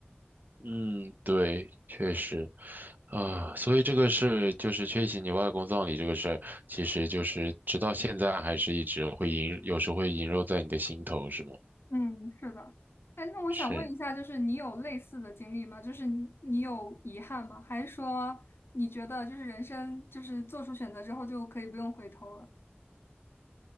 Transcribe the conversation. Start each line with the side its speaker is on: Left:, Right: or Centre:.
Right: 嗯，对，确实，啊、所以这个事就是缺席你外公葬礼这个事儿，其实就是直到现在还是一直会萦，有时会萦绕在你的心头，是吗？
Left: 嗯，是的。哎，那我想问一下，
Right: 是。
Left: 就是你有类似的经历吗？就是你你有遗憾吗？还是说你觉得就是人生就是做出选择之后就可以不用回头了？